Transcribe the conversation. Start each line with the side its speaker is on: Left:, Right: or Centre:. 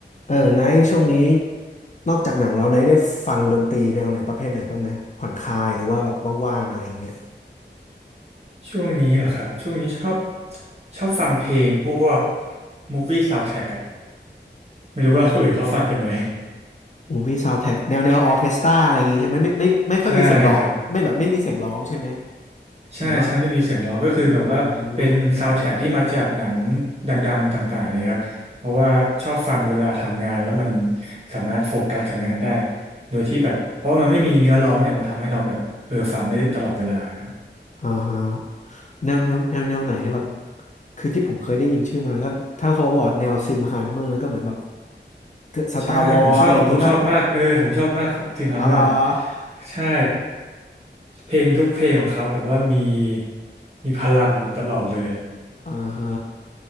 Left: เออไนท์ช่วงนี้นอกจากหนังแล้วไนท์ได้ฟังดนตรีแนวไหนประเภทไหนบ้างไหมผ่อนคลายหรือว่าแบบว่างๆอะไรอย่างเงี้ย
Right: ช่วงนี้เหรอครับช่วงนี้ชอบชอบฟังเพลงพวกมูฟวี่ซาว d t ท a c k อะไม่รู้ว่าคนอื่นเขาฟังกันไหม
Left: มูฟวี่ซาวด์แทร็กแนวแนวออร์เคสตราอะไรอย่างงี้ใช่ไหมไม่ไม่ไม่ไม่ค่อยมีเสียงร้องไม่แบบไม่มีเสียงร้องใช่ไหม
Right: <laughs> ใช่ครับใช่ใช่ไม่มีเสียงร้องก็คือแบบว่าเป็นซาว
Left: หรือว่าอ๋อ
Right: d t ท a c k ที่มาจากหนังดังๆต่างๆเลยครับเพราะว่าชอบฟังเวลาทำงานแล้วมันสามารถโฟกัสกับงานได้โดยที่แบบเพราะว่ามันไม่มีเนื้อร้องเนี่ยมันทำให้เราแบบเออฟังได้ตลอดเวลาครับ
Left: อ่าฮะแนวแนวแนวแนวไหนแบบคือที่ผมเคยได้ยินชื่อมาก็ถ้าเขาบอกว่าแนวซิมฮาร์เมอร์ก็เหมือนแบบสตาร์วอรอะไรอย่างงี้ป่ะ
Right: ใช่ผมชอบผมชอบมากเออผมชอบมากของฟิล์มฮัมเมอร์
Left: อะไรอ
Right: ใช่เพลงทุกเพลงของเขาแบบว่ามี
Left: อืม
Right: มีพลังตลอดเลยอ่ะ
Left: อ่าฮะ